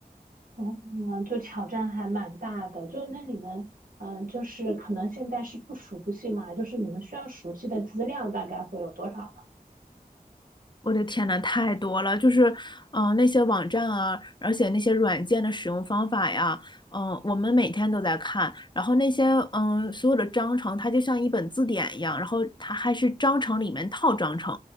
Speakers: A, on the right (about 65°); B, on the left (about 30°).
A: 嗯，就挑战还蛮大的。就那你们嗯，就是可能现在是不熟悉嘛，就是你们需要熟悉的资料大概会有多少呢？
B: 我的天呐，太多了，就是，嗯、呃那些网站啊，而且那些软件的使用方法呀，嗯、我们每天都在看，然后那些，嗯、所有的章程，它就像一本字典一样，然后它还是章程里面套章程，